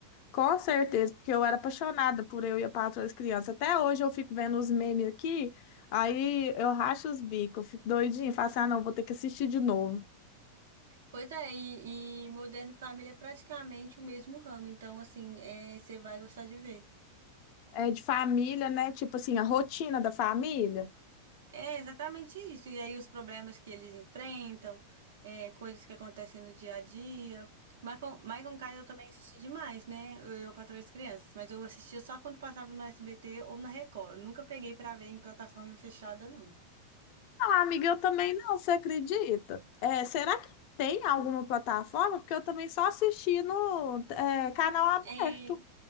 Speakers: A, on the left; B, on the right.
A: Com certeza, porque eu era apaixonada por Eu e a Patroa das Crianças. Até hoje eu fico vendo os memes aqui, aí eu racho os bicos, eu fico doidinha, falo assim, ah, não, vou ter que assistir de novo.
B: Pois é, e, e Modern Family é praticamente o mesmo ramo, então assim, é, você vai gostar de ver.
A: É de família, né? Tipo assim, a rotina da família.
B: É exatamente isso. E aí os problemas que eles enfrentam, é, coisas que acontecem no dia a dia. Michael, Michael Caine eu também assisti demais, né? Eu, eu Patroa e as Crianças, mas eu assistia só quando passava no SBT ou na Record. Eu nunca peguei pra ver em plataforma fechada, não.
A: Ah, amiga, eu também não, você acredita? É, será que tem alguma plataforma? Porque eu também só assisti no é, canal aberto.
B: É,